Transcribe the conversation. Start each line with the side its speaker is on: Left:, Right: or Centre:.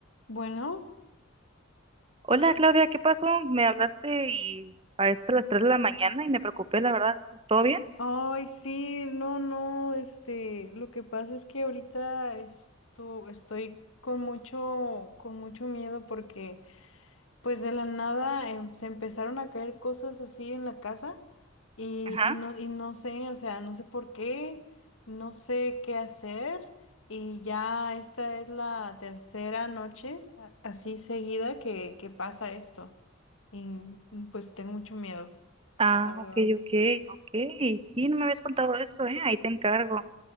Left: Bueno,
Right: Hola Claudia, ¿qué pasó? Me hablaste y a esto a las 3 de la mañana y me preocupé, la verdad. ¿Todo bien?
Left: ay, sí, no, no, este, lo que pasa es que ahorita esto, estoy con mucho, con mucho miedo porque pues de la nada em, se empezaron a caer cosas así en la casa y,
Right: Ajá.
Left: y no, y no sé, o sea, no sé por qué, no sé qué hacer y ya esta es la tercera noche a- así seguida que, que pasa esto y pues tengo mucho miedo,
Right: Ah,
Left: la verdad.
Right: ok, ok, ok. Sí, no me habías contado eso, ¿eh? Ahí te encargo.